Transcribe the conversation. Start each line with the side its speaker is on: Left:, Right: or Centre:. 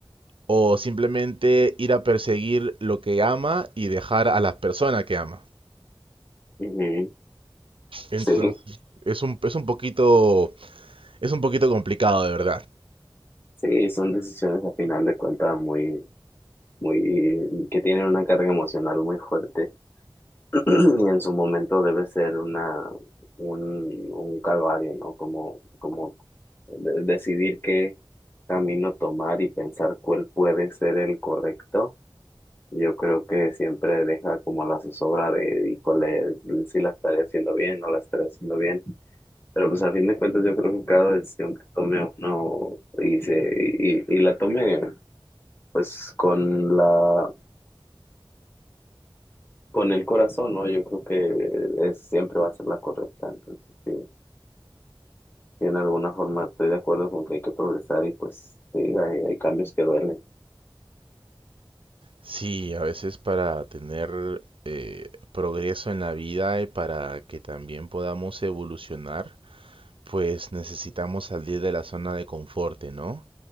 Right: o simplemente ir a perseguir lo que ama y dejar a las personas que ama.
Left: Ujú,
Right: Entonces,
Left: Sí,
Right: es un, es un poquito, es un poquito complicado, de verdad.
Left: sí, son decisiones a final de cuentas muy, muy, que tienen una carga emocional muy fuerte <clears throat> y en su momento debe ser una, un, un calvario, ¿no? Como, como de- decidir qué camino tomar y pensar cuál puede ser el correcto Yo creo que siempre deja como la zozobra de, híjole, si la estaré haciendo bien o la estaré haciendo bien. Pero pues a fin de cuentas yo creo que cada decisión que tome uno y, se, y, y la tome pues con la, con el corazón, ¿no? Yo creo que es, siempre va a ser la correcta. Entonces, sí, sí, en alguna forma estoy de acuerdo con que hay que progresar y pues sí, hay, hay cambios que duelen.
Right: Sí, a veces para tener eh, progreso en la vida y para que también podamos evolucionar, pues necesitamos salir de la zona de confort, ¿no?